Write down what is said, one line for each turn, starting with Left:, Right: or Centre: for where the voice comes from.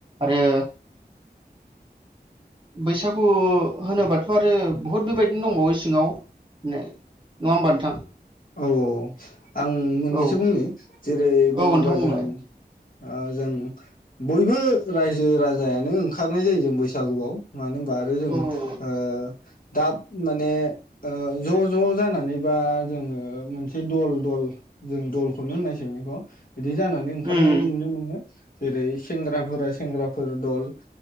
Right: आरो बैसागु होनोबाथ' आरो बहुद बेबायदिनो दंबावो सिङाव बिदिनो नङा होमबा नोंथां?
Left: औ औ औ आं मोननैसो
Right: औ
Left: बुंनि जेरै
Right: औ
Left: बुङोबा
Right: नोंथां बुंलाय
Left: जों ओ जों बयबो रायजो राजाया नो ओंखारनाय जायो जों बैसागुआव, मानो होनबा आरो जों
Right: औ औ
Left: ओ दाब माने ओ ज' ज' जानानैबा जोङो मोनसे दल दल जों दल खौनो होननाय सै बेखौ, बिदि जानानै ओंखारनाय
Right: उम
Left: नुनो मोनो। जेरै सेंग्राफोरा सेंग्राफोर दल,